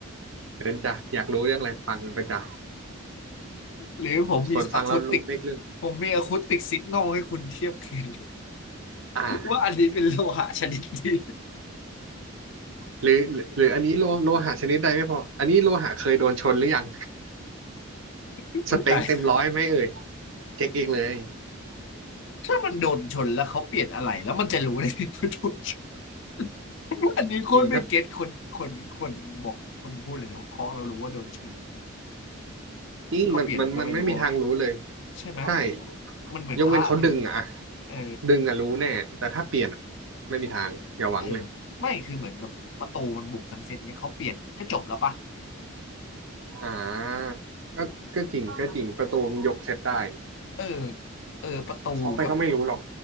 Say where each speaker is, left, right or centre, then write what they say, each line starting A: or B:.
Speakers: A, on the right; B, on the left.
A: เดินจ้ะอยากรู้เรื่องอะไรฟังไปจ้ะ
B: หรือผมมีอะคูติก
A: ส่วนฟังแล้วรู้ไม่เรื่อง
B: ผมมีอะคูติกซิกนอลให้คุณเทียบเคียง
A: อ่า
B: ว่าอันนี้เป็นโลหะชนิดดี
A: หรือหรือหรืออันนี้โลโลหะชนิดใดไม่พออันนี้โลหะเคยโดนชนหรือยัง
B: <laughs> อุ๊ยตาย
A: สเต็งเต็มร้อยไหมเอ่ยเช็คเองเลย
B: ถ้ามันโดนชนแล้วเขาเปลี่ยนอะไรแล้วมันจะรู้ได้ไงว่าโดนช <laughs> อันนี้โคตรไม่เก็ตคนคนคนบอกคนพูดเลยนะว่าเคาะเรารู้ว่าโดนชน
A: จริงถ้านี่มันมันมันไม่มีทางรู้เลย
B: เขาเปลี่ยนมันก็ไม่รู้อะวะใช่ไหม
A: ใช่
B: มันเหมือนพระเลย
A: ยกเว้นเขาดึงอะ
B: เออ
A: ดึงอะรู้แน่แต่ถ้าเปลี่ยนอะไม่มีทางอย่าหวังเลย
B: เออไม่คือเหมือนแบบประตูมันบุกทั้งเซตเงี้ยเขาเปลี่ยนก็จบแล้วปะ
A: อ่าก็ก็จริงก็จริงประตูมันยกเซตได้
B: เออเออประตูกับ
A: เคาะไปก็ไม่รู้หรอก